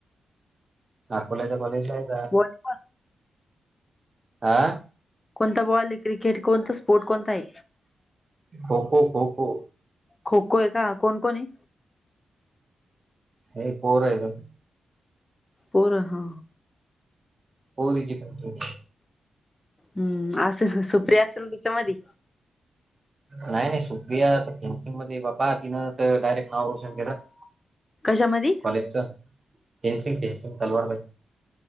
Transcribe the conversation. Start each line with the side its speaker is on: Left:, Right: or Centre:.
Right: अकोल्याचा कॉलेज आहे का
Left: बॉल
Right: हा?
Left: कोणता बॉल क्रिकेट कोणता स्पोर्ट कोणता आहे?
Right: खो-खो खो-खो.
Left: खो-खो आहे का कोण-कोण आहे?
Right: हे पोरं आहे गं.
Left: पोरं हा.
Right: पोरी. <unintelligible>
Left: हम्म, असेल सुप्रिया असेल तिच्यामध्ये
Right: नाही-नाही सुप्रिया आता फेन्सिंग मध्ये बापा तिनं तर डायरेक्ट नावं रोशन केलं.
Left: कशामध्ये
Right: कॉलेजचा फेनसिंग फेनसिंग तलवारबाजी.